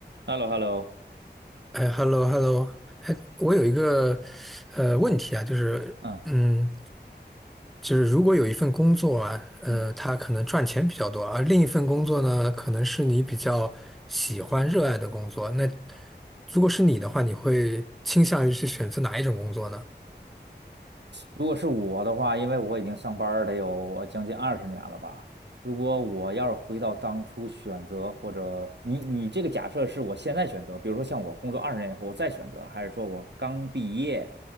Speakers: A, on the right; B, in the centre.
A: h e l l o h e l l o
B: 哎，hello，hello，哎，我有一个呃问题啊，就是嗯，
A: 嗯
B: 就是如果有一份工作啊，呃，
A: 嗯，
B: 它可能赚钱比较多，而另一份工作呢，可能是你比较喜欢、热爱的工作，那如果是你的话，你会倾向于去选择哪一种工作呢？
A: 如果是我的话，因为我已经上班儿得有呃将近二十年了吧。如果我要是回到当初选择，或者你你这个假设是我现在选择，比如说像我工作二十年以后我再选择，还是说我刚毕业